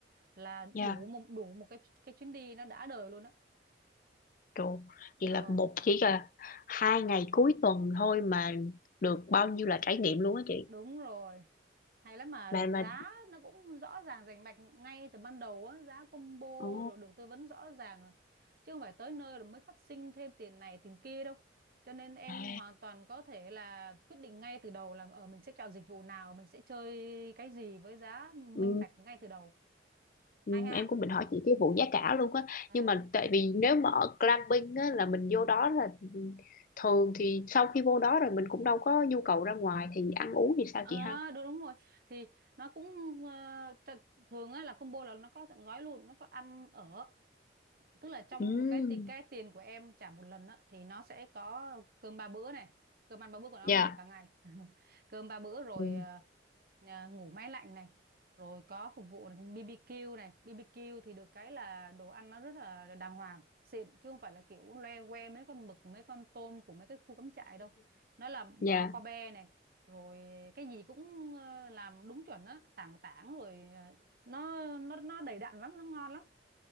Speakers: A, on the right (about 55°); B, on the left (about 45°).
A: là
B: Dạ,
A: đủ một đủ một cái cái chuyến đi nó đã đời luôn á
B: trời. Vậy
A: ờ
B: là một chỉ là hai ngày cuối tuần thôi mà được bao nhiêu là trải nghiệm luôn á chị.
A: đúng rồi hay lắm mà
B: Mà mà
A: giá nó cũng rõ ràng rành mạch ngay từ ban đầu á giá combo
B: ồ.
A: rồi được tư vấn rõ ràng chứ không phải tới nơi rồi mới phát sinh thêm tiền này tiền kia đâu cho nên em
B: À.
A: hoàn toàn có thể là quyết định ngay từ đầu là ở mình sẽ chọn dịch vụ nào mình sẽ chơi cái gì với giá minh
B: Ừ.
A: bạch ngay từ đầu
B: Ừ,
A: hay ha
B: em cũng định hỏi chị cái
A: <laughs>
B: vụ giá cả luôn á
A: Ờ
B: nhưng mà tại vì nếu mà ở glamping á là mình vô đó là thường thì sau khi vô đó rồi mình cũng đâu có nhu cầu ra ngoài thì ăn uống thì sao
A: à,
B: chị ha
A: đúng đúng rồi thì nó cũng ờ, th- thường á là combo là nó có tận gói luôn nó có ăn ở tức là trong
B: Ừ,
A: một cái ti- cái tiền của em trả một lần á thì nó sẽ có cơm ba bữa này cơm ăn ba bữa của nó
B: dạ.
A: mặc cả ngày <laughs> cơm ba bữa rồi
B: ừ.
A: ờ, à, ngủ máy lạnh này rồi có phục vụ này, BBQ này BBQ thì được cái là đồ ăn nó rất là đàng hoàng xịn chứ không phải là kiểu loe que mấy con mực mấy con tôm của mấy cái khu cắm trại đâu nó là bao
B: dạ
A: cao be này rồi cái gì cũng ờ, làm đúng chuẩn á tảng tảng rồi ờ, nó nó nó đầy đặn lắm nó ngon lắm